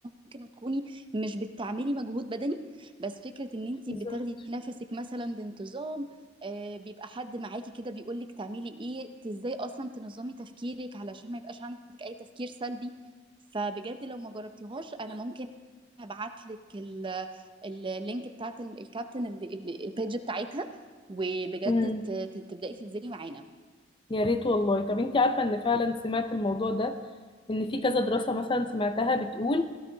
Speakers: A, on the right (about 25°); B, on the left (about 25°).
A: ممكن تكوني مش بتعملي مجهود بدني بس فكرة ان انتي
B: بالظبط
A: بتاخدي نفسك مثلا بانتظام آه بيبقى حد معاكي كده بيقولك تعملي ايه ت- ازاي اصلا تنظمي تفكيرك علشان ما يبقاش عندك اي تفكير سلبي فبجد لو ما جربتيهاش انا ممكن هبعتلك ال- اللينك بتاعت ال- الكابتن ال- ال- البيج بتاعتها وبجد
B: امم
A: ت- ت- تبدأي تنزلي معانا
B: يا ريت والله طب انت عارفة ان فعلا سمعت الموضوع ده ان في كذا دراسة مثلا سمعتها بتقول